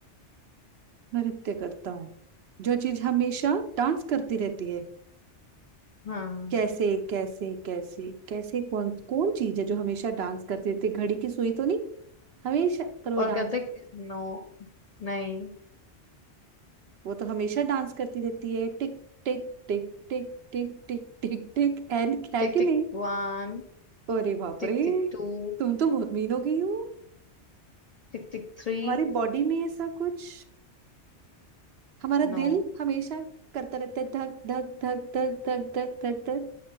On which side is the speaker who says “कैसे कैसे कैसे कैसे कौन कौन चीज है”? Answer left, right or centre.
Right